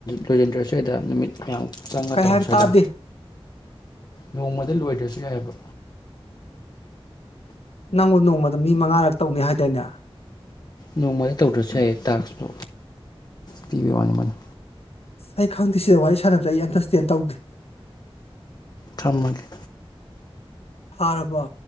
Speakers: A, on the left (about 40°); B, on the left (about 85°).
A: ꯂꯣꯏꯁꯤꯟꯗ꯭ꯔꯁꯤ ꯀꯩꯗ ꯅꯨꯃꯤꯠ ꯃꯌꯥꯝ ꯆꯪꯉ
B: ꯀꯩ
A: ꯇꯧꯔ
B: ꯍꯥꯏꯅ
A: ꯁ꯭ꯋꯥꯏꯗ
B: ꯇꯥꯗꯦ
A: ꯅꯣꯡꯃꯗ ꯂꯣꯏꯗ꯭ꯔꯁꯨ ꯌꯥꯏꯕ
B: ꯅꯪꯉꯕꯨ ꯅꯣꯡꯃꯗ ꯃꯤ ꯃꯉꯥꯔꯛ ꯇꯧꯅꯤ ꯍꯥꯏꯗꯥꯅꯦ
A: ꯅꯣꯡꯃꯗ ꯇꯧꯗ꯭ꯔꯁꯨ ꯌꯥꯏꯌꯦ ꯇꯥꯛꯁꯇꯨ ꯄꯤꯕ ꯋꯥꯅꯤ ꯃꯥꯅꯤ
B: ꯑꯩ ꯈꯪꯗꯦ ꯁꯤꯗ ꯋꯥꯔꯤ ꯁꯥꯟꯅꯕꯁꯦ ꯑꯩ ꯑꯟꯗꯔꯁꯇꯦꯟ ꯇꯧꯗꯦ
A: ꯊꯥꯝꯃꯒ
B: ꯍꯔꯔꯕ